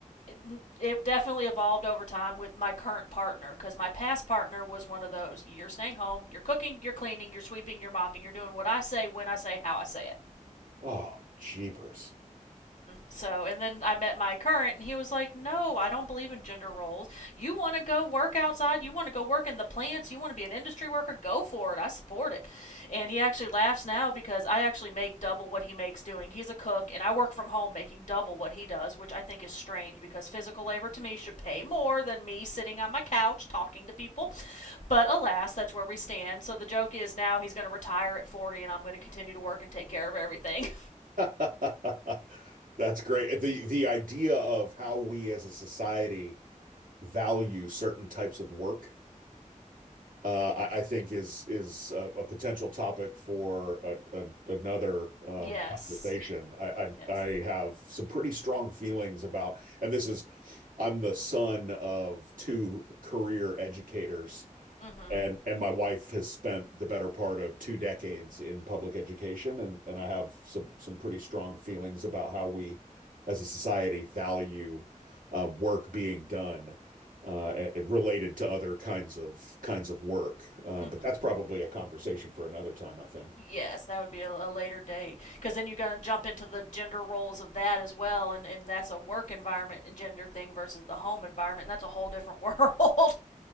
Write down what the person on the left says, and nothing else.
it, it definitely evolved over time with my current partner because my past partner was one of those you're staying home, you're cooking, you're cleaning, you're sweeping, you're mopping, you're doing what I say, when I say, how I say it.
So, and then I met my current, and he was like, No, I don't believe in gender roles. You want to go work outside? You want to go work in the plants? You want to be an industry worker? Go for it. I support it. And he actually laughs now because I actually make double what he makes doing. He's a cook, and I work from home making double what he does, which I think is strange because physical labor to me should pay more than me sitting on my couch talking to people. But alas, that's where we stand. So the joke is now he's going to retire at 40, and I'm going to continue to work and take care of everything.
<laughs>
yes.
Yes.
Mm-hmm.
Mm-hmm.
Yes, that would be a, a later date because then you're going to jump into the gender roles of that as well, and, and that's a work environment and gender thing versus the home environment, and that's a whole different <laughs> world.